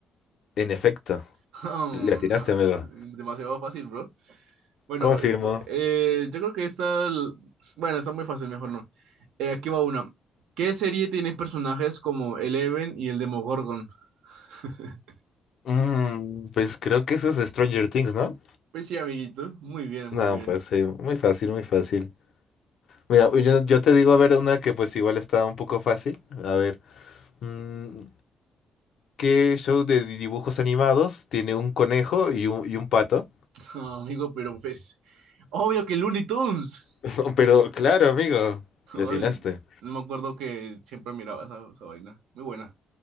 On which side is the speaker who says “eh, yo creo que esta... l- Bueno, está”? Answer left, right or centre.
Right